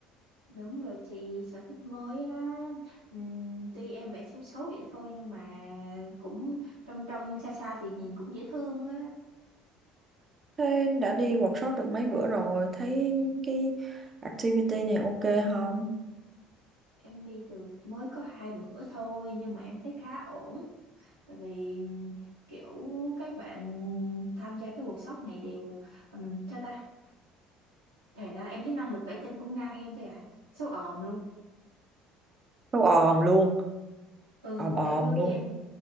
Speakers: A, on the right; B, on the right.
A: Đúng rồi chị, sở thích mới á. Ừm, tuy em vẽ xấu xấu vậy thôi nhưng mà cũng trong trong xa xa thì nhìn cũng dễ thương á.
B: Thế đã đi workshop được mấy bữa rồi, thấy cái activity này ok không?
A: Em đi được mới có hai bữa thôi nhưng mà em thấy khá ổn. Bởi vì kiểu các bạn tham gia cái workshop này đều um, cho ta. Thật ra em thấy năng lực vẽ tranh cũng ngang em thôi à. xấu òm luôn.
B: Đâu òm luôn,
A: Ừ
B: òm
A: kiểu
B: òm
A: vô đây
B: luôn.
A: em